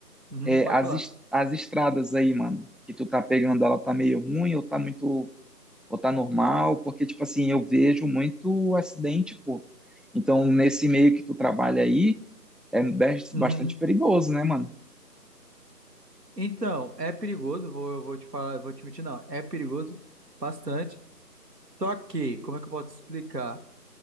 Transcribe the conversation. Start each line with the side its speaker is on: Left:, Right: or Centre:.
Right: Uhum,
Centre: é,
Right: pode
Centre: as,
Right: falar.
Centre: es- as estradas aí, mano, que tu tá pegando, ela tá meio ruim ou tá muito, ou tá normal? Porque, tipo assim, eu vejo muito acidente, pô. Então, nesse meio que tu trabalha aí, é bas-
Right: Uhum.
Centre: bastante perigoso, né, mano?
Right: Então, é perigoso, vou, vou te falar, vou te mentir, não. É perigoso bastante. Só que, como é que eu posso explicar?